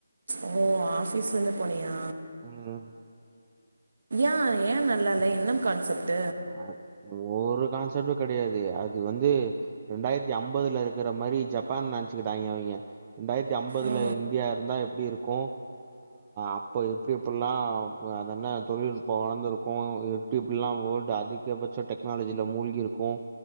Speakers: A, on the right; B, on the right.
A: ஓ ஆபீஸ்ல இருந்து போனியா
B: உம்
A: ஏன் ஏன் நல்லா இல என்ன கான்செப்ட்
B: அ ஒரு கான்செப்ட்டும் கிடையாது அது வந்து ரண்டாயிரத்தி ஐம்பதுல இருக்கிற மாரி ஜப்பான் நினைச்சுக்கிட்டாங்க அவிங்க ரெண்டாயிரத்தி அம்பதுல
A: ஓ
B: இந்தியா இருந்தா எப்படி இருக் கு அப்ப எப்டி எப்புல்லாம் அதன தொழில்நுட்பம் வளர்ந்திருக்கும் எப்டி எப்புல்லாம் ஓல் அதிகபட்சம் டெக்னாலஜியில மூழ்கி இருக்கும்